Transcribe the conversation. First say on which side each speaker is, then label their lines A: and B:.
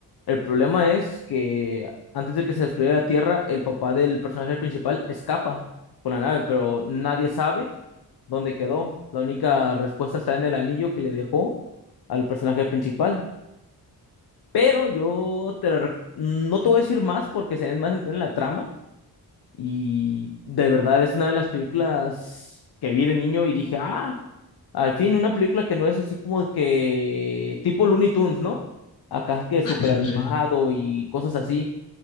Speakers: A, on the left; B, on the left.
A: El problema es que antes de que se destruyera la Tierra, el papá del personaje principal escapa con la nave, pero nadie sabe dónde quedó. La única respuesta está en el anillo que le dejó al personaje principal. Pero yo te la rec- no te voy a decir más porque se den más entrar en la trama. Y de verdad es una de las películas que vi de niño y dije, ah, al fin una película que no es así como que tipo Looney Tunes, ¿no? Acá que súper
B: Sí, sí,
A: animado
B: sí.
A: y cosas así.